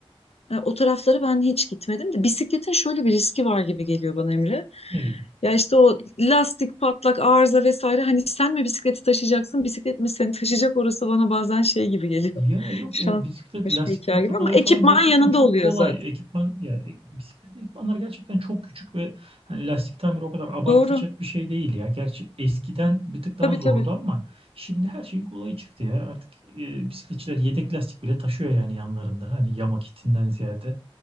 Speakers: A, on the left; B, on the right.
A: E, O taraflara ben hiç gitmedim de bisikletin şöyle bir riski var gibi geliyor bana Emre.
B: ne gibi?
A: Ya işte o lastik patlak arıza vesaire hani sen mi bisikleti taşıyacaksın bisiklet mi seni taşıyacak orası bana bazen şey gibi geliyor.
B: Ya
A: <laughs>
B: yok
A: Şanslıymış
B: o bisiklet lastik
A: bir hikaye
B: patlak
A: gibi ama
B: olayı
A: ekipman
B: falan gerçekten
A: yanında
B: çok
A: oluyor
B: kolay.
A: zaten.
B: Ekipman ya e, bisiklet ekipmanları gerçekten çok küçük ve hani lastik tamiri o kadar abartılacak
A: Doğru.
B: bir şey değil ya. Gerçi eskiden bir tık daha
A: Tabii
B: zordu
A: tabii.
B: ama şimdi her şey kolay çıktı ya. Artık e, bisikletçiler yedek lastik bile taşıyor yani yanlarında. Hani yama kitinden ziyade